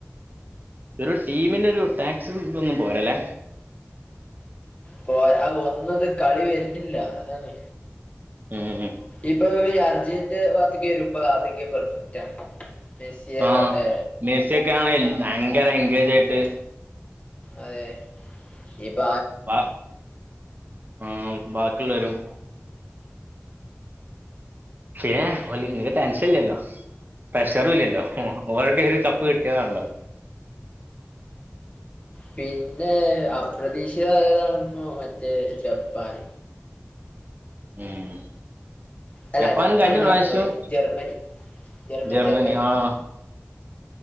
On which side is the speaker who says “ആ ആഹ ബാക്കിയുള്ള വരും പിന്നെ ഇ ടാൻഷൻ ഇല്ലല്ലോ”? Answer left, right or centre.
Right